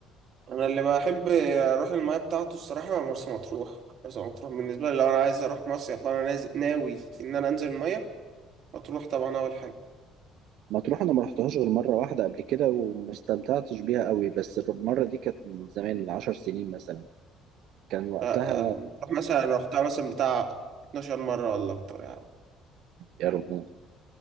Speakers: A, on the right (about 55°); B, on the right (about 75°).
A: انا اللي بحب اروح المايه بتاعته الصراحة مرسى مطروح مرسى مطروح بالنسبة لي لو انا عايز اروح مصيف فانا نازل ناوي ان انا انزل المايه مطروح طبعا اول حاجة
B: مطروح انا ما رحتهاش غير مره واحده قبل كده وما استمتعتش بيها قوي بس المره دي كانت من زمان من عشر سنين مثلا كان وقتها
A: لا، آه، مطروح مثلا رحتها مثلا بتاع 12 مرة ولا اكتر يعني
B: يا رب